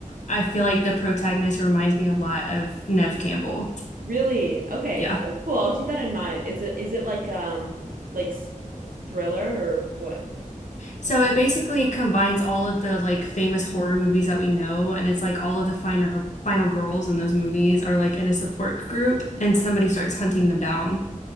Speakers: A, on the left (about 60°); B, on the right (about 85°).
A: I feel like the protagonist reminds me a lot of Nev Campbell.
B: Really? Okay.
A: Yeah.
B: That's cool. I'll keep that in mind. Is it is it like um like s- Thriller or what?
A: So it basically combines all of the like famous horror movies that we know, and it's like all of the final final girls in those movies are like in a support group, and somebody starts hunting them down.